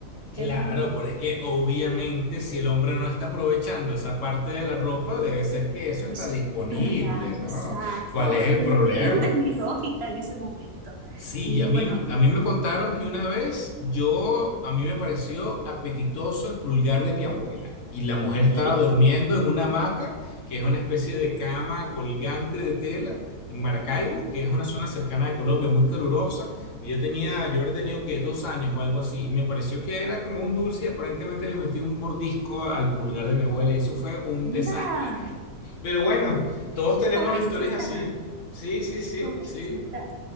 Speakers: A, on the left; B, on the right.
A: Claro,
B: Em,
A: pero es que obviamente si el hombre no está aprovechando esa parte de la ropa, debe ser que eso está
B: es
A: disponible,
B: verdad,
A: ¿no?
B: exacto.
A: ¿Cuál es el
B: Tú
A: problema?
B: entiendes <laughs> mi lógica en ese momento.
A: Sí,
B: Y
A: y a mí,
B: bueno,
A: a mí me contaron que una vez yo, a mí me pareció apetitoso el pulgar de mi abuela. Y la mujer estaba
B: ¿qué?
A: durmiendo en una hamaca, que es una especie de cama colgante de tela, en Maracaibo, que es una zona cercana de Colombia, muy calurosa. Y yo tenía, yo habría tenido que dos años o algo así. Y me pareció que era como un dulce y aparentemente le metí un mordisco al pulgar de mi abuela. y Eso fue un
B: Mira,
A: desastre. Pero bueno, todos tenemos
B: pobrecita,
A: historias así. Sí, sí, sí,
B: pobrecita.
A: sí.